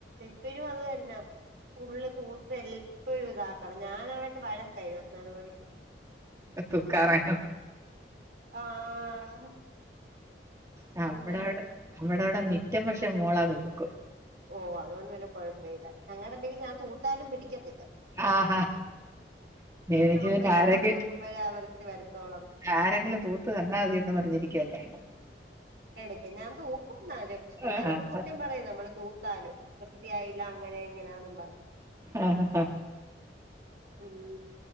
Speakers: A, on the right; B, on the right.
A: എപ്പഴും അത് തന്നാ ഫുള്ള് തൂ എൽപ്പഴും ഇതാക്കണം ഞാന വഴക്കാ ഇരുവത്തിനാല് മണിക്കൂ
B: തൂക്കാറാണ്
A: ആഹ്.
B: നമ്മടവടെ
A: അങ്ങനെ
B: ഞമ്മടവടെ മിറ്റം പക്ഷേ മോളാന്ന്ള്ളൂ
A: ഓഹ് അതുകൊണ്ട് പിന്നെ കൊഴപ്പീല ഞങ്ങെടെ ഞാൻ തൂത്താനും പിടിക്കത്തില്ല.
B: ആഹ് ഹാ. എനിക്ക്
A: അമ്മ
B: പിന്നെ ആരെങ്കി
A: അമ്മ തൂക്കുമ്പോഴേ ആ വൃത്തി വരത്തോളം
B: ആരെങ്കിലും തൂ ത്ത് തന്നാമതിന്ന് പർഞ്ഞിരിക്കാ ഞാൻ.
A: എടയ്ക്ക് ഞാൻ തൂ ക്കും എന്നാലും എന്നാലും
B: ആഹ് ആഹ്
A: കുറ്റം പറയും നമ്മള് തൂത്താലും വൃത്തിയായില്ല അങ്ങനെ ഇങ്ങനാന്നും പർഞ്ഞ്.
B: ആഹ് ഹാ.
A: ഉം